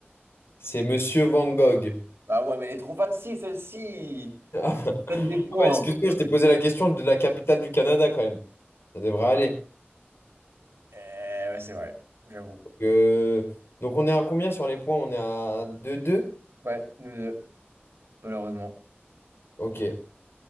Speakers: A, on the left; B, on the right.
A: C'est Monsieur Van Gogh.
B: Ah ouais, mais elle est trop facile celle-ci!
A: <laughs> Ah
B: Donne des points.
A: bah, excuse-moi,
B: hein.
A: je t'ai posé la question de la capitale du Canada quand même. Ça devrait aller.
B: Eh ouais, c'est vrai, j'avoue.
A: Donc, euh, donc on est à combien sur les points? On est à deux deux.
B: Ouais, nous deux, malheureusement.
A: Ok.